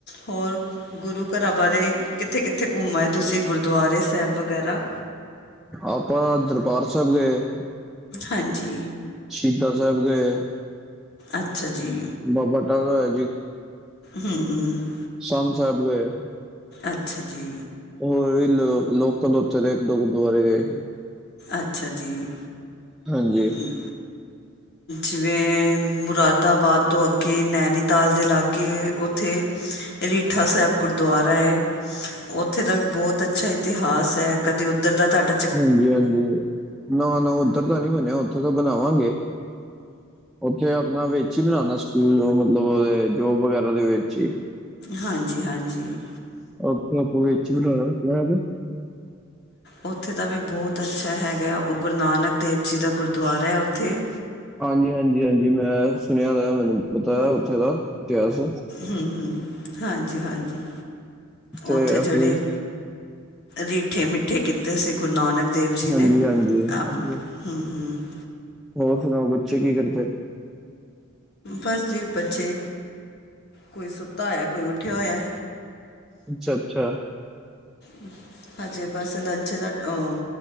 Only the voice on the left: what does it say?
ਹੋਰ ਗੁਰੂ ਘਰਾਂ ਬਾਰੇ ਕਿੱਥੇ-ਕਿੱਥੇ ਘੁੰਮ ਆਏ ਤੁਸੀ ਗੁਰਦੁਆਰੇ ਸੈਬ ਵਗੈਰਾ?
ਹਾਂਜੀ।
ਅੱਛਾ ਜੀ,
ਹੂੰ-ਹੂੰ।
ਅੱਛਾ ਜੀ।
ਅੱਛਾ ਜੀ।
ਮ ਜਿਵੇਂ ਮੁਰਾਦਾਬਾਦ ਤੋਂ ਅੱਗੇ ਨੈਨੀਤਾਲ ਦੇ ਲਾਗੇ ਉੱਥੇ ਰੀਠਾ ਸੈਬ ਗੁਰਦੁਆਰਾ ਏ। ਉੱਥ ਥੇ ਦਾ ਵੀ ਬਹੁਤ ਅੱਛਾ ਇਤਿਹਾਸ ਐ। ਕਦੇ ਉੱਧਰ ਦਾ ਤਾਡਾ
ਹਾਂਜੀ- ਹਾਂਜੀ।
ਉੱਥੇ ਦਾ ਵੀ ਬਹੁਤ ਅੱਛਾ ਹੈਗਾ ਉਹ ਗੁਰੂ ਨਾਨਕ ਦੇਵ ਜੀ ਦਾ, ਗੁਰਦੁਆਰਾ ਹੈ ਉੱਥੇ।
ਹੂੰ-ਹੂੰ, ਹਾਂਜੀ- ਹਾਂਜੀ
ਉੱਥੇ ਜਿਹੜੇ
ਰੀਠੇ ਮਿੱਠੇ ਕੀਤੇ ਸੀ ਗੁਰੂ ਨਾਨਕ ਦੇਵ ਜੀ
ਨੇ,
ਆਪ
ਹੂੰ-ਹੂੰ,
ਬਸ ਜੀ ਬੱਚੇ ਕੋਈ ਸੁੱਤਾ ਹੋਇਆ, ਕੋਈ ਉੱਠਿਆ ਹੋਇਆ।
ਹੂੰ। ਹਜੇ ਬਸ ਲੰਚ ਦਾ ਓਹ